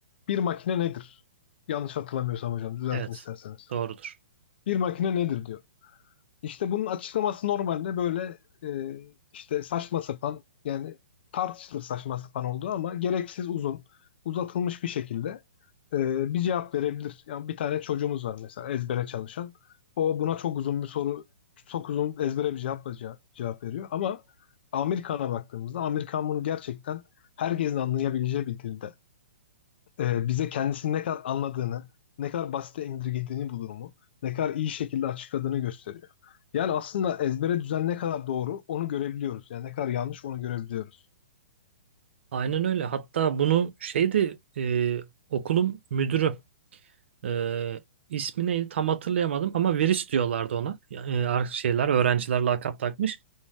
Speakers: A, on the left (about 55°); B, on the right (about 65°).
A: bir makine nedir? Yanlış hatırlamıyorsam hocam düzeltin
B: Evet,
A: isterseniz.
B: doğrudur.
A: Bir makine nedir diyor. İşte bunun açıklaması normalde böyle e, işte saçma sapan yani tartışılır saçma sapan olduğu ama gereksiz uzun uzatılmış bir şekilde e, bir cevap verebilir. Yani bir tane çocuğumuz var mesela ezbere çalışan. O buna çok uzun bir soru çok uzun ezbere bir cevapla ce- cevap veriyor. Ama Amerikan'a baktığımızda Amerikan bunu gerçekten herkesin anlayabileceği bir dilde e, bize kendisini ne kadar anladığını, ne kadar basite indirgediğini bu durumu, ne kadar iyi şekilde açıkladığını gösteriyor. Yani aslında ezbere düzen ne kadar doğru onu görebiliyoruz. Yani ne kadar yanlış onu görebiliyoruz.
B: Aynen öyle. Hatta bunu şeydi e, okulun müdürü e, ismi neydi tam hatırlayamadım ama virüs diyorlardı ona. Yani, e, şeyler öğrenciler lakap takmış.